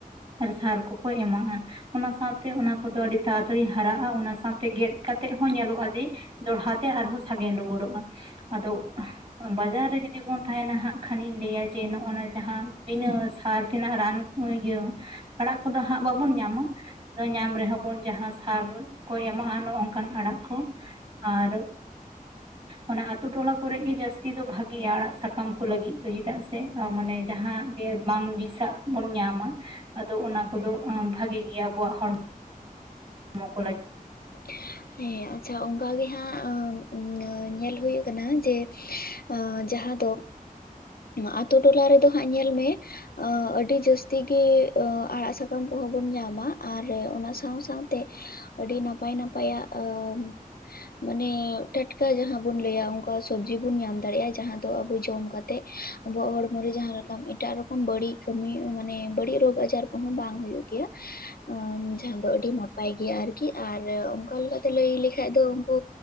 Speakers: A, on the right; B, on the left.
A: ᱟᱨ ᱥᱟᱨ ᱠᱚᱠᱚ ᱮᱢᱟᱜᱼᱟ ᱚᱱᱟ ᱥᱟᱶᱛᱮ ᱚᱱᱟ ᱠᱚᱫᱚ ᱟᱹᱰᱤ ᱛᱟᱲᱟᱛᱟᱲᱤ ᱦᱟᱨᱟᱜᱼᱟ ᱚᱱᱟ ᱥᱟᱶᱛᱮ ᱜᱮᱫ ᱠᱟᱛᱮᱜ ᱦᱚᱸ ᱧᱮᱞᱚᱜᱼᱟ ᱡᱮ ᱫᱚᱦᱲᱟ ᱛᱮ ᱟᱨᱦᱚᱸ ᱥᱟᱜᱮᱱ ᱨᱩᱣᱟᱹᱲᱚᱜᱼᱟ᱾ ᱟᱫᱚ ᱵᱟᱡᱟᱨ ᱨᱮ ᱡᱩᱫᱤ ᱵᱚᱱ ᱛᱟᱦᱮᱱᱟ ᱦᱟᱸᱜ ᱠᱷᱟᱱᱤᱧ ᱞᱟᱹᱭᱟ ᱡᱮ ᱱᱚᱜ ᱚᱱᱟ ᱡᱟᱦᱟᱸ ᱵᱤᱱᱟᱹ ᱥᱟᱨ ᱛᱮᱱᱟᱜ ᱨᱟᱱ ᱠᱚ ᱤᱭᱟᱹ ᱟᱲᱟᱜ ᱠᱚᱫᱚ ᱦᱟᱸᱜ ᱵᱟᱵᱚᱱ ᱧᱟᱢᱟ᱾ ᱫᱚᱭ ᱧᱟᱢ ᱨᱮᱦᱚᱸ ᱵᱚᱱ ᱡᱟᱦᱟᱸ ᱥᱟᱨ ᱨᱮ ᱠᱚᱭ ᱮᱢᱟᱜᱼᱟ ᱱᱚᱜ ᱱᱚᱝᱠᱟᱱ ᱟᱲᱟᱜ ᱠᱚ ᱟᱨ ᱚᱱᱟ ᱟᱛᱩ ᱴᱚᱞᱟ ᱠᱚᱨᱮ ᱜᱮ ᱡᱟᱹᱥᱛᱤ ᱫᱚ ᱵᱷᱟᱜᱮᱭᱟ ᱟᱲᱟᱜ ᱥᱟᱠᱟᱢ ᱠᱚ ᱞᱟᱹᱜᱤᱫ ᱫᱚ ᱪᱮᱫᱟᱜ ᱥᱮ ᱢᱟᱱᱮ ᱡᱟᱦᱟᱸ ᱜᱮ ᱵᱟᱝ ᱵᱤᱥᱟᱜ ᱵᱚᱱ ᱧᱟᱢᱟ᱾ ᱟᱫᱚ ᱚᱱᱟ ᱠᱚᱫᱚ ᱟᱸ ᱵᱷᱟᱜᱮ ᱜᱮᱭᱟ ᱟᱵᱚᱣᱟᱜ ᱦᱚᱲᱢᱚ ᱢᱚᱠᱚ ᱠᱚ ᱞᱟᱹᱜᱤ
B: <unintelligible> ᱦᱮᱸ ᱟᱪᱪᱷᱟ ᱚᱝᱠᱟ ᱜᱮ ᱦᱟᱸᱜ ᱟᱹᱧᱮᱞ ᱦᱩᱭ ᱟᱠᱟᱱᱟ ᱡᱮ ᱟᱹ ᱡᱟᱦᱟᱸ ᱫᱚ ᱱᱚᱣᱟ ᱟᱹᱛᱩ ᱴᱚᱞᱟ ᱨᱮᱫᱚ ᱦᱟᱸᱜ ᱧᱮᱞ ᱢᱮ ᱟᱹ ᱟᱹᱰᱤ ᱡᱟᱹᱥᱛᱤ ᱜᱤ ᱟᱲᱟᱜ ᱥᱟᱠᱟᱢ ᱠᱚᱦᱚᱸ ᱵᱚᱱ ᱧᱟᱢᱟ ᱟᱨ ᱚᱱᱟ ᱥᱟᱶ ᱥᱟᱶ ᱛᱮ ᱟᱹᱰᱤ ᱱᱟᱯᱟᱭ ᱱᱟᱯᱟᱭᱟᱜ ᱟ. ᱢ ᱢᱟᱱᱮ ᱴᱟᱴᱠᱟ ᱡᱟᱦᱟᱸ ᱵᱚᱱ ᱞᱟᱹᱭᱟ ᱚᱱᱠᱟ ᱥᱚᱵᱽᱡᱤ ᱵᱚᱱ ᱧᱟᱢ ᱫᱟᱲᱮᱭᱟᱜᱼᱟ ᱡᱟᱦᱟᱸ ᱫᱚ ᱟᱵᱩ ᱡᱚᱢ ᱠᱟᱛ ᱛᱮᱜ ᱟᱵᱚᱣᱟᱜ ᱦᱚᱲᱢᱚ ᱨᱮ ᱡᱟᱦᱟᱸ ᱞᱮᱠᱟ ᱮᱴᱟᱜ ᱨᱚᱠᱚᱢ ᱵᱟᱹᱲᱤᱡ ᱠᱟᱹᱢᱤ ᱢᱟᱱᱮ ᱵᱟᱹᱲᱤᱡ ᱨᱳᱜᱽ ᱟᱡᱟᱨ ᱠᱚᱦᱚᱸ ᱵᱟᱝ ᱦᱩᱭᱩᱜ ᱜᱤᱭᱟ᱾ ᱟᱢ ᱡᱟᱦᱟᱸ ᱫᱚ ᱟᱹᱰᱤ ᱱᱟᱯᱟᱭ ᱜᱮᱭᱟ ᱟᱨᱠᱤ ᱟᱨ ᱚᱱᱠᱟ ᱞᱮᱠᱟᱛᱮ ᱞᱟᱹᱭ ᱞᱮᱠᱷᱟᱡ ᱫᱚ ᱩᱱᱠᱩ